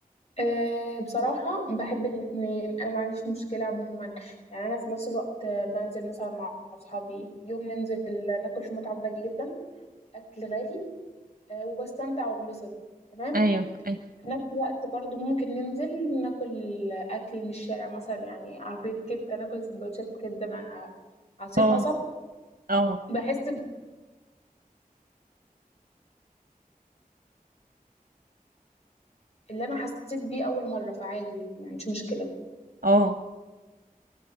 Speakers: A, on the left; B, on the right.
A: أه بصراحة بحب الاتنين أنا ما عنديش مشكلة عموما يعني أنا في نفس الوقت آه، بنزل مثلا مع أصحابي يوم ننزل ناكل في مطعم غالي جدا أكل غالي أه وبستمتع وبنبسط تمام
B: أيوه أيوه
A: في نفس الوقت برضو ممكن ننزل ناكل أكل من الشارع مثلا يعني عربية كبدة ناكل سندوتشات كبدة مع عصير
B: اه
A: قصب
B: اه
A: بحس ب- اللي أنا حسيت بيه أول مرة فعادي يعني مش مشكلة
B: اه